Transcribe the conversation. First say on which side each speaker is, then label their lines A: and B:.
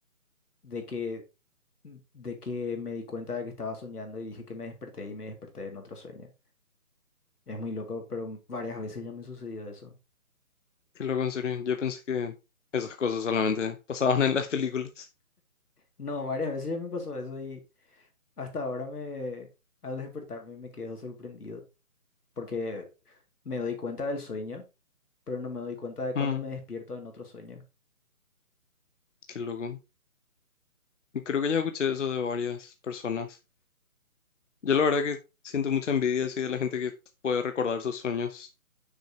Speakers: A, on the left; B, on the left.
A: de que, de que me di cuenta de que estaba soñando y dije que me desperté y me desperté en otro sueño. Es muy loco, pero varias veces ya me sucedió eso.
B: Qué loco, en serio. Yo pensé que esas cosas solamente pasaban en las películas.
A: No, varias veces ya me pasó eso y hasta ahora me, al despertarme me quedo sorprendido porque me doy cuenta del sueño, pero no me doy cuenta de cuando
B: Mm,
A: me despierto en otro sueño.
B: qué loco. Creo que ya escuché eso de varias personas. Yo la verdad que siento mucha envidia así de la gente que puede recordar sus sueños.